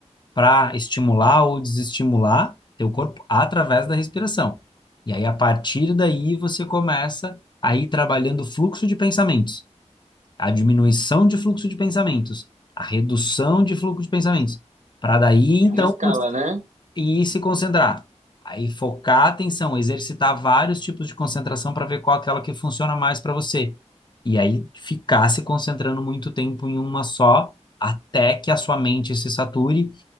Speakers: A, on the left (about 40°); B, on the right (about 85°).
A: para estimular ou desestimular teu corpo através da respiração. E aí, a partir daí, você começa a ir trabalhando o fluxo de pensamentos, a diminuição de fluxo de pensamentos, a redução de fluxo de pensamentos, para daí, então,
B: é uma escala, né?
A: e se concentrar. Aí focar a atenção, exercitar vários tipos de concentração para ver qual é aquela que funciona mais para você. E aí ficar se concentrando muito tempo em uma só, até que a sua mente se sature.